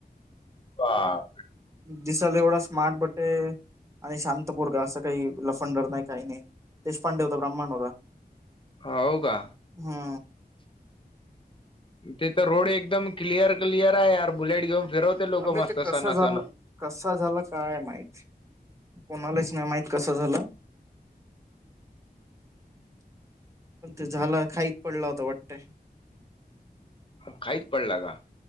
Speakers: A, on the left; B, on the right.
A: ह.
B: दिसाला एवढा स्मार्ट बटे आणि शांतपुरगा असं काही लफंडर नाही काही नाही देशपांडे होता ब्राह्मण होता.
A: हो का?
B: हा.
A: ते तर रोड एकदम क्लिअर क्लिअर आहेर बुलेट घेऊन फिरवते लोक
B: अबे
A: मस्त
B: ते कसं
A: सणा
B: झालं
A: सण
B: कसा झाला काय माहत कोणालाच नाही माहत कसं झालं. पण ते झालं खाईच पडला होता वाटतय.
A: अ खाईच पडला का?